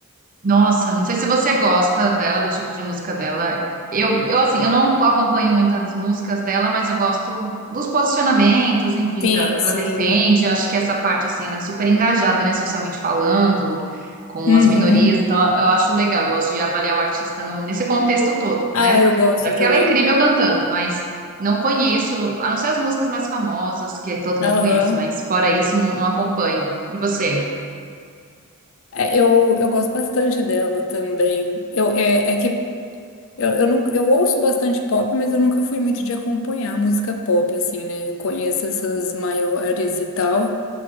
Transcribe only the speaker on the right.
Nossa, não sei se você gosta dela, do tipo de música dela. Eu, eu assim, eu não acompanho muitas músicas dela, mas eu gosto dos posicionamentos, enfim,
da, do que
ela defende. Eu acho que essa parte, assim, ela é super engajada, né, socialmente falando, com
as minorias. Então, eu acho legal, eu gosto de avaliar o artista no- nesse contexto todo,
né?
Porque
ela é incrível cantando, mas não conheço, a não ser as músicas mais famosas, que todo
mundo conhece, mas fora isso, não, não acompanho. E você?